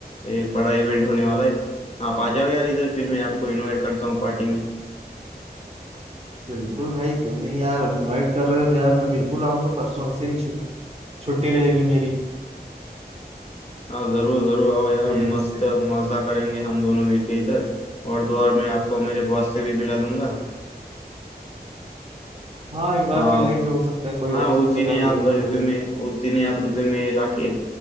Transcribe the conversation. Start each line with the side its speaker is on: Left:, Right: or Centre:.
Left: एक बड़ा इवेंट होने वाला है आप आ जाओ यार इधर फिर मैं आपको इनवाइट करता हूँ पार्टी में
Right: बिल्कुल भाई क्यों नहीं यार अब इनवाइट कर रहे हो तो यार मैं बिल्कुल आऊंगा परसों ऐसे भी छु, छुट्टी रहेगी मेरी
Left: हाँ जरूर जरूर आओ यार
Right: ये
Left: मस्त
Right: सही
Left: मजा करेंगे हम दोनों मिलके इधर और तो और मैं आपको मेरे बॉस से भी मिला दूंगा
Right: हाँ एक बार
Left: आप
Right: मिल लेंगे हो सकता है कोई
Left: हाँ
Right: ऑप्शन
Left: उस दिन
Right: अगर
Left: ही आप
Right: हो ही
Left: रिज्यूमे
Right: तो
Left: उस दिन ही आप रिज्यूमे लाके